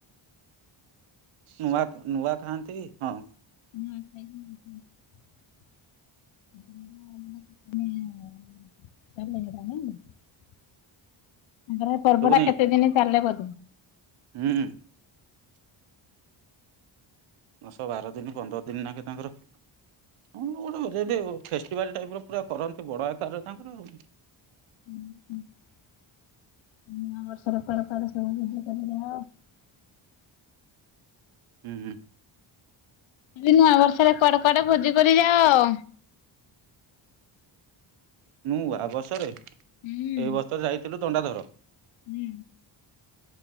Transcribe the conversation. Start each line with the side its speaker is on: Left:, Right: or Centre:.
Right: ନୂଆଁ ନୂଆଁ ଖାଆନ୍ତି। ହଁ।
Left: <inaudible> ତାଙ୍କର ହେ ପର୍ବଟା
Right: ଶୁଭୁନି
Left: କେତେ ଦିନି ଚାଲେ ବୋ
Right: ହୁଁ। ଦଶ ବାର ଦିନ ପନ୍ଦର ଦିନ ନାକେ ତାଙ୍କର ହଁ ଗୋଟେ ଫେଷ୍ଟିଭାଲ ଟାଇପ୍ ର ପୁରା କରନ୍ତି, ବଡ଼ ଆକାରରେ ତାଙ୍କର ଆଉ।
Left: <unintelligible>
Right: ହୁଁ।
Left: ଦିଦି ନୂଆବର୍ଷରେ କୁଆଡେ କୁଆଡେ ଭୋଜି କରି ଯାଅ?
Right: ନୂଆଁ ବଷରେ। ଏ
Left: ହୁଁ
Right: ବର୍ଷ ଯାଇଥିଲୁ। ଥଣ୍ଡା ଜର।
Left: ହୁଁ।